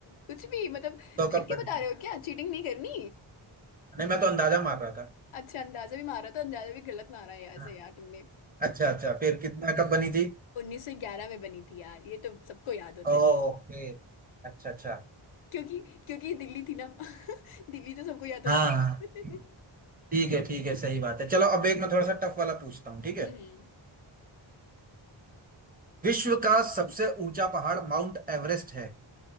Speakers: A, on the left (about 75°); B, on the right (about 20°).
A: कुछ भी मतलब
B: तो
A: देख
B: कब
A: के
B: बनी
A: बता
B: थी
A: रहे हो क्या चीटिंग नहीं करनी
B: नहीं मैं तो अंदाजा मार रहा था
A: अच्छा अंदाजा भी मारा तो अंदाजा भी गलत मारा है ऐसे
B: हाँ,
A: यार तुमने
B: अच्छा अच्छा फिर कितना कब बनी थी
A: 1911 में बनी थी यार ये तो सबको याद होता
B: ओके
A: है
B: अच्छा अच्छा
A: क्योंकि क्योंकि ये दिल्ली थी ना <laughs> दिल्ली तो सबको याद होती
B: हाँ हाँ,
A: <laughs>
B: ठीक है ठीक है सही बात है चलो अब एक मैं थोड़ा सा टफ वाला पूछता हूँ ठीक है
A: हम्म
B: विश्व का सबसे ऊंचा पहाड़ माउंट एवरेस्ट है